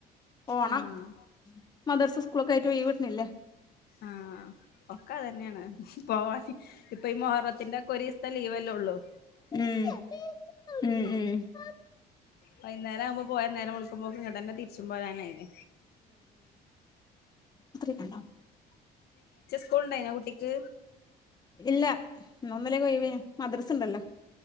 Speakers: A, on the left; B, on the left.
A: ഓണം
B: ആഹ്
A: മദർസ് സ്കൂളൊക്കെ ആയിട്ട് പോയി വീട്ടുന്നില്ലേ
B: ആഹ ഒക്കെ അതന്നെയാണ് പോവാാന ഇപ്പൊ ഈ മഹർത്തിന്റെ ഒക്കെ ഒരു ലീവല്ലേ ഉള്ളൂ
A: ഉം ഉം ഉം
B: വൈകേരം ആകുമ്പോ പോയ നേരം വിളക്കുമ്പോ തന്നെ തിരിച്ച തുമ്പ ചാന ഇത്
A: അത്രക്കണ്ടോ
B: എപ്പോളണ്ടായിന കുട്ടിക്ക്
A: ഇല്ല എന്നൊന്നല്ലേ കൊയന മദ്രസ് ഉണ്ടല്ലോ